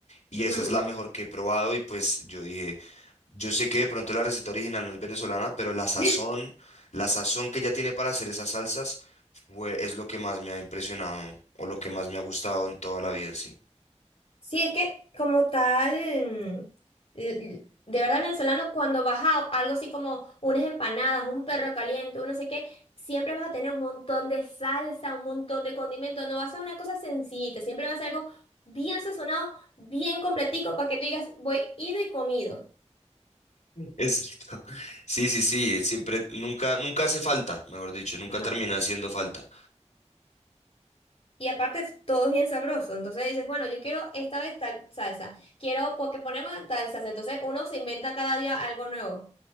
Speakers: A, on the left; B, on the left.
A: y
B: ujú.
A: esa es la mejor que he probado y pues yo dije... Yo sé que de pronto la receta original no es venezolana, pero la sazón,
B: <laughs>
A: la sazón que ella tiene para hacer esas salsas fue- es lo que más me ha impresionado o lo que más me ha gustado en toda la vida, sí.
B: Sí, es que como tal, mm, l- de verdad venezolano, cuando vas a algo así como unas empanadas, un perro caliente, un no sé qué, siempre vas a tener un montón de salsa, un montón de condimentos, no va a ser una cosa sencillita, siempre va a ser algo bien sazonado, bien completico, para que tú digas, voy ido y comido.
A: Exacto. Sí, sí, sí, siempre, nunca, nunca hace falta, mejor dicho, nunca
B: Ajá.
A: termina haciendo falta.
B: Y aparte todo es bien sabroso, entonces dices, bueno, yo quiero esta vez tal salsa, quiero porque ponemos tal salsa, entonces uno se inventa cada día algo nuevo.